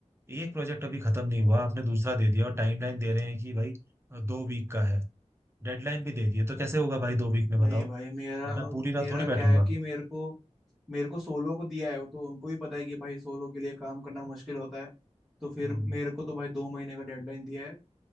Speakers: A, on the right; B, in the centre.
A: एक प्रोजेक्ट अभी खत्म नहीं हुआ आपने दूसरा दे दिया और टाइमलाइन दे रहे हैं कि भाई अ, दो वीक का है डेडलाइन भी दे दी है तो कैसे होगा भाई दो वीक में बताओ
B: नहीं भाई मेरा
A: अब मैं पूरी रात
B: मेरा
A: थोड़ी बैठूंगा
B: क्या है कि मेरे को मेरे को सोलो को दिया है तो उनको भी पता है कि भाई सोलो के लिए काम करना मुश्किल होता है तो फिर
A: हम्म,
B: मेरे को तो भाई दो महीने का डेडलाइन दिया है